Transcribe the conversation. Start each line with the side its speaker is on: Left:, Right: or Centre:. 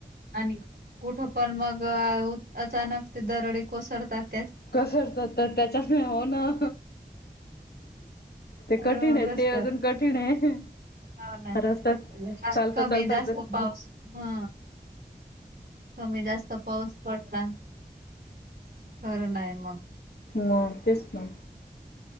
Right: आणि कुठं पण मग अचानक ते दरडी कोसरतात
Left: कसरतात तर त्याच्याने हो ना ते
Right: रोड
Left: कठीण आहे
Right: रस्त्यात
Left: ते अजून कठीण आहे
Right: हो ना
Left: रस्त्यात
Right: जास्त
Left: चालतात
Right: कमी
Left: चालतात
Right: जास्त पाऊस हा कमी जास्त पाऊस पडला खरं नाही मग
Left: म तेच् ना.